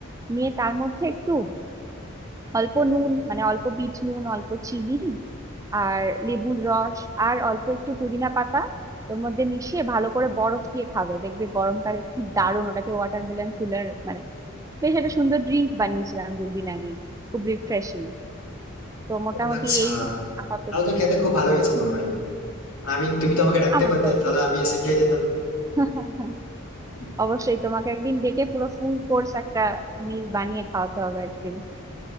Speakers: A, on the right (about 15°); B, on the left (about 85°).
A: নিয়ে তার মধ্যে একটু অল্প নুন মানে অল্প বিট নুন অল্প চিনি আর লেবুর রস আর অল্প একটু পুদিনা পাতা ওর মধ্যে মিশিয়ে ভালো করে বরফ দিয়ে খাবে দেখবে গরমকালে কি দারুণ ওটাকে ওয়াটারমেলন কুলার মানে বেশ একটা সুন্দর ড্রিঙ্ক বানিয়েছিলাম দুদিন আগে খুব রিফ্রেশিং তো মোটামুটি
B: ও আচ্ছা
A: এই আপাতত
B: তাহলে তো খেতে খুব ভালো
A: হ্যাঁ
B: হয়েছে মনে হয় আমি তুমি তো আমাকে ডাকতে
A: আমার
B: পারতে
A: তো
B: তাহলে
A: ভালো
B: আমি এসে খেয়ে যেতাম
A: <laughs>
B: হুম,
A: অবশ্যই তোমাকে একদিন ডেকে পুরো ফুল কোর্স একটা মিল বানিয়ে খাওয়াতে হবে একদিন